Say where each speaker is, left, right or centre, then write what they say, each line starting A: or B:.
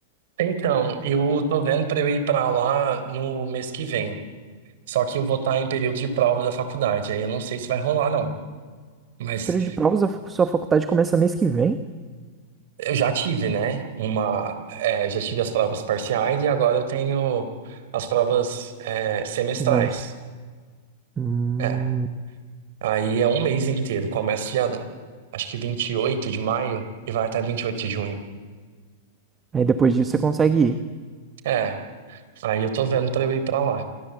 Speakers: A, on the right; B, on the right.
A: então, eu tô vendo pra eu ir pra lá no mês que vem. Só que eu vou estar em período de prova da faculdade, aí eu não sei se vai rolar, não. Mas
B: Período de provas, a fa- sua faculdade começa mês que vem.
A: eu já tive, né? Uma, é, já tive as provas parciais e agora eu tenho as provas, é, semestrais.
B: Finais. Hum,
A: É, Aí é um mês inteiro. Começa dia, acho que 28 de maio e vai até 28 de junho.
B: aí depois disso você consegue ir.
A: É, aí eu tô vendo pra eu ir pra lá.